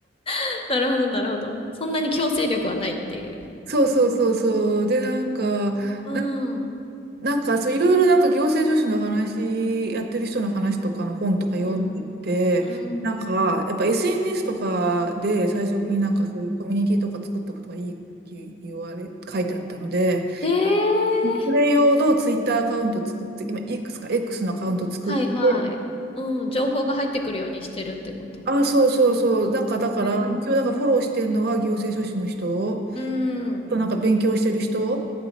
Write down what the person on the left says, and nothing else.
<laughs> なるほど、なるほど。そんなに強制力はないっていう。
う
ん。
うん。う
ん。
うん。
ええー。
はいはい。うん。情報が入ってくるようにしてるってこと
ええー。
うん。